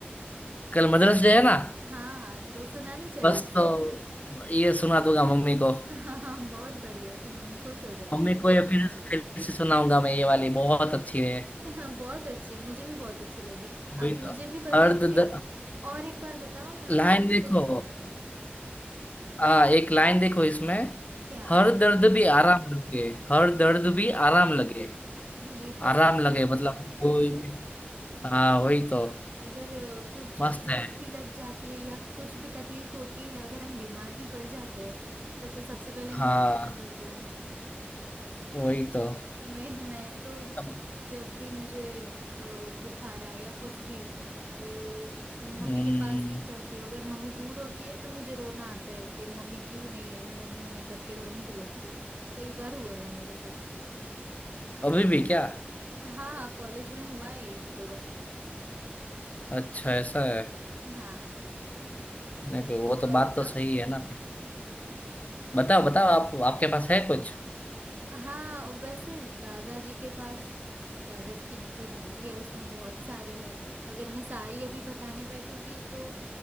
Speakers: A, on the left; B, on the right.
A: कल मदर्स डे है ना
B: हाँ तो सुनानी चाहिए
A: बस
B: तुम्हें
A: तो ये सुना दूंगा मम्मी को
B: हाँ हाँ बहुत बढ़िया थी मम्मी खुश हो जाएंगे
A: मम्मी
B: आपकी।
A: को ये फिर फिर से सुनाऊंगा मैं ये वाली बहुत अच्छी है
B: हाँ, बहुत अच्छी मुझे भी बहुत अच्छी लगी अब
A: वही
B: मुझे
A: था
B: भी बताओ
A: हर दर्द
B: फिर और एक बार बताओ मैं अपनी
A: लाइन
B: मम्मी
A: देखो
B: को भी सुनाऊंगी
A: आ एक लाइन देखो इसमें
B: क्या
A: हर दर्द भी आराम लगे हर दर्द भी आराम लगे
B: ये तो सही
A: आराम लगे
B: है
A: मतलब
B: ना
A: कोई भी हाँ वही तो
B: अगर अ, कुछ
A: मस्त
B: चोट
A: है
B: भी लग जाती है या कुछ भी तकलीफ होती है अगर हम बीमार भी पड़ जाते हैं तो पर सबसे पहले मम्मी
A: हाँ
B: की याद आती है
A: वही तो
B: मैं मैं तो
A: अब-
B: जब भी मुझे अ, बुखार आए या कुछ भी तो मम्मी
A: हम्म,
B: के पास ही जाती हूँ अगर मम्मी दूर होती है तो मुझे रोना आता है कि मम्मी क्यों नहीं है मैं मम्मी मम्मी करके रोने भी लगती हूँ कई बार हुआ है मेरे साथ
A: अभी भी क्या
B: हाँ कॉलेज में हुआ है एक दो बार
A: अच्छा ऐसा है
B: हाँ
A: नहीं कोई- वो तो
B: और
A: बात
B: बताओ
A: तो सही है ना बताओ बताओ आप आपके पास है कुछ
B: हाँ वैसे दादाजी के पास दादाजी की जो डायरी है उसमें बहुत सारी है अगर मैं सारी अभी बताने बैठूंगी तो